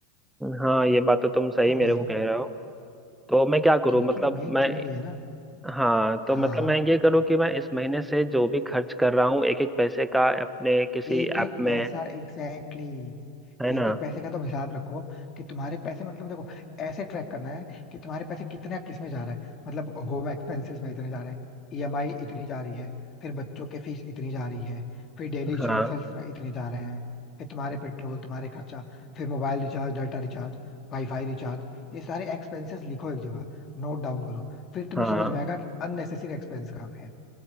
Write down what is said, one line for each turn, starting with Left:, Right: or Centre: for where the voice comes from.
Centre: हाँ ये बात तो तुम सही
Left: समझे
Centre: मेरे को कह रहे हो तो मैं क्या करूँ
Left: क्योंकि
Centre: मतलब
Left: मेन
Centre: मैं
Left: चीज ये है ना
Centre: हाँ
Left: हाँ
Centre: तो मतलब मैं ये करूँ कि मैं इस महीने से जो भी खर्च कर रहा हूँ एक एक पैसे का अपने किसी
Left: एक एक
Centre: ऐप में
Left: पैसा एग्जैक्टली exactly,
Centre: है ना
Left: एक एक पैसे का तुम हिसाब रखो कि तुम्हारे पैसे मतलब देखो ऐसे ट्रैक करना है कि तुम्हारे पैसे कितने किस में जा रहा है मतलब होम एक्सपेंसेस में इतने जा रहे हैं ईएमआई इतनी जा रही है फिर बच्चों के फीस इतनी जा रही है फिर डेली इश्यूएंसेस
Centre: हाँ
Left: में इतने जा रहे हैं फिर तुम्हारे पेट्रोल तुम्हारे खर्चा फिर mobile recharge data recharge wifi recharge ये सारे एक्सपेंसेस लिखो एक जगह नोट डाउन करो फिर तुम्हें
Centre: हाँ
Left: समझ में आएगा कि अननेसेसरी एक्सपेंस कहाँ पे है